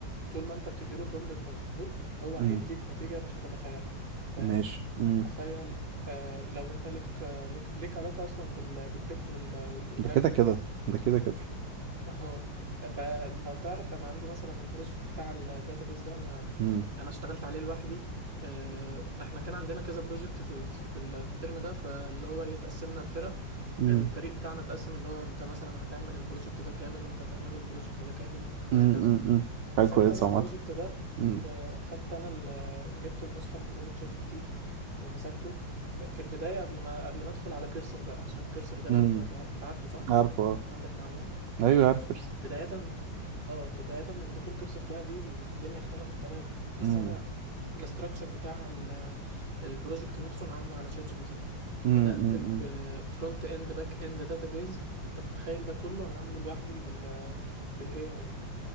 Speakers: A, on the right; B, on the right.
A: طول ما انت بتديله برومبت مظبوط هو هيديك
B: مم.
A: نتيجة مش هتتخيلها فاهم
B: ماشي مم.
A: تخيل آه لو انت ليك آه ليك, ليك علاقة اصلا بال- بالتك وال- والبروجرامينج
B: ده كده كده
A: وكده
B: ده كده كده
A: <laughs> اه فلو تعرف انا عندي مثلا البروجكت بتاع الداتابيس ده انا
B: امم
A: انا اشتغلت عليه لوحدي آه احنا كان عندنا كذا بروجكت في في ال- في الترم ده فاللي هو ايه اتقسمنا الفرق
B: امم
A: الفريق بتاعنا اتقسم اللي هو انت مثلا هتعمل البروجكت ده كامل وانت هتعمله البروجكت ده كامل وهكذا
B: امم امم أمم. حاجة
A: مسكت
B: كويسة
A: انا البروجكت
B: عامة
A: ده
B: امم
A: ب- خدت انا ال- جبت النسخه البرو من شات جي بي تي ومسكته في البدايه قبل ما قبل ما ادخل على كيرسر بقى عشان كيرسر ده لو
B: امم
A: انت تع- انت عارفه صح
B: عارفه آه.
A: عندك معلومه
B: ايوه عارفه
A: بدايه اه بدايه من دخول كيرسر بقى دي الدنيا اختلفت تماما بس
B: امم
A: انا الاستراكشر بتاع ال- البروجكت نفسه انا عامله على شات جي بي تي
B: امم
A: بدات
B: أمم،
A: بفرونت
B: أمم.
A: اند باك اند داتابيز انت متخيل ده كله انا عامله لوحدي بال بالاي اي